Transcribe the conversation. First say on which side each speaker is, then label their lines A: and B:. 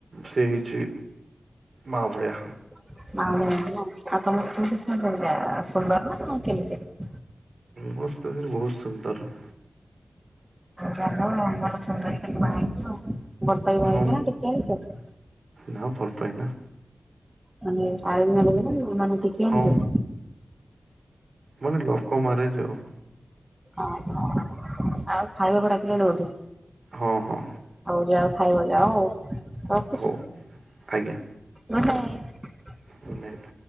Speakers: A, on the right; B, on the right.
A: ସେ ହେଇଛି। ମାବଳିଆ।
B: <unintelligible>
A: ପ୍ରସ୍ତୁତି ବହୁତ ସୁନ୍ଦର।
B: ଜଲ ଭଲ ସୁନ୍ଦରି ଟେ ବା ହେଇଛି ଆଉ। ବରକାଇ କି ଭା ହେଇଛ
A: ହଁ
B: ନା ଟିକେ ଆଣିଛ?
A: ନା ଭଲ ପାଏ ନା।
B: ମାନେ ଆରେଞ୍ଜ ମାରେଞ୍ଜ ନା ମାନେ ଟେକି ଆଣିଛ।
A: ହଁ ମାନେ ଲୋକ ମରେଯାଉ।
B: ଓହୋ ଆଉ ଖାଇବାକୁଡାକିଲାଣି ବୋଧେ।
A: ହଁ ହଁ
B: ହଉ ଯାାଉ ଖାଇବା ଯ ଆଉ ରଖୁଛି।
A: ହଉ ଆଜ୍ଞା
B: ଗୁଡ଼୍ ନାଇଟ୍।
A: Good night.